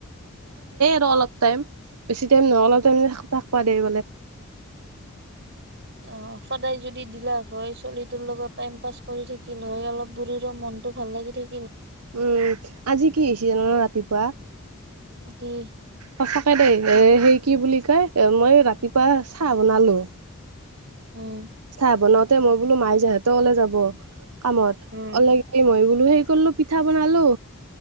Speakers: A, on the right; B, on the right.
A: ন অলপ টাইম, বেছি টাইম নহয় অলপ টাইম মানে থাকাবা দিয়ে
B: অ সদায় যদি দিলাক হয় ছোৱলীটোৰ লগত টাইম পাছ কৰি থাকিল হয় অলপ শৰীৰ মনটো। ভাল লাগে দেই
A: উম। আজি কি হৈছে জানা না ৰাতিপুৱা?
B: কি?
A: সঁচাকে দেই। এ সেই কি বুলি কয় এ মইও ৰাতিপুৱা চাহ বনালো।
B: উম
A: চাহ বনাওতে মই বোলো মই বোলো মাই সিতৰ ঘৰলৈ আজি ওলাই যাব। কামত
B: উম
A: অলপ দেৰি লাগে, মই বোলো হে কৰিলো পিঠা বনালো।